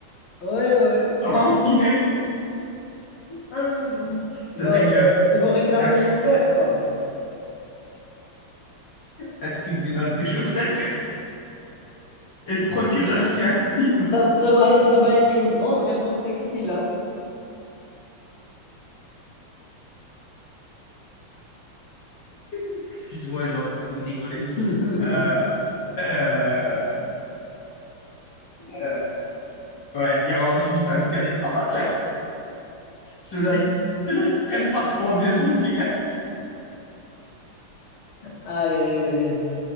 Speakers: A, on the left; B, on the left.
A: ouais, ouais.
B: à
A: ouais.
B: enfiler Ah là là. C'est
A: Genre,
B: vrai qu'un
A: euh, ils vont réclamer
B: tri-
A: leur père, quoi.
B: un tribunal de chaussettes et le procureur s'y assit.
A: Ça, ça va, ça va être une grande révolte textile, hein.
B: <laughs> Excuse-moi, j'en peux plus de rigoler.
A: <laughs>
B: Euh, euh, euh, ouais, il y aura aussi le syndicat des cravates. <laughs> Ceux-là, ils, ceux-là, ils te prennent par pendaison direct.
A: Aïe, aïe,